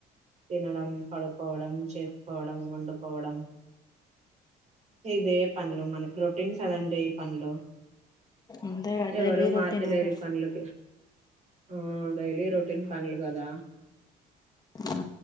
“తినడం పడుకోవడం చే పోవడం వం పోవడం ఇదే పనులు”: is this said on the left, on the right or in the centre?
Right